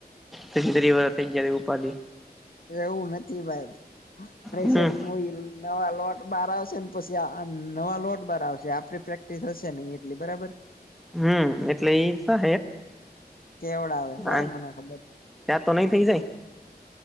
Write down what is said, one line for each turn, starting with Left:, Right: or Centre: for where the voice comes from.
Centre: પછી તરી વર જ્યારે ઉપાધી.
Left: એવું નથી ભાઈ પ્રેશર
Centre: હમ
Left: નથી. નવા લોટ બાર આવશે ને પછી નવા લોટ બાર આવશે આપડી પ્રેક્ટિસ હશે નહીં એટલી બરાબર.
Centre: હમ એટલે થશે
Left: કેવડાવે
Centre: હા.
Left: ભાઈ મને ખબર છે
Centre: ત્યાં તો નહી થઈ જાય.